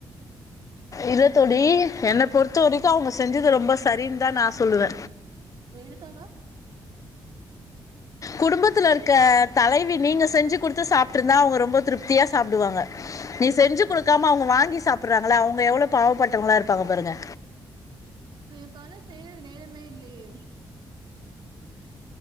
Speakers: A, on the left; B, on the right.
A: இல்ல தோழி என்ன பொறுத்த வரிக்கு அவுங்க செஞ்சது ரொம்ப சரின்தா நா சொல்லுவே
B: எதுக்காக
A: குடும்பத்துல இருக்க தலைவி நீங்க செஞ்சு குடுத்து சாப்ட்டுருந்தா அவுங்க ரொம்ப திருப்தியா சாப்டுவாங்க நீ செஞ்சு குடுக்காம அவுங்க வாங்கி சாப்புறாங்கள அவுங்க எவ்ளோ பாவப்பட்டவங்ளா இருப்பாங்க பாருங்க
B: விடியக்கால்ல செய்றது நேரமே இல்லையே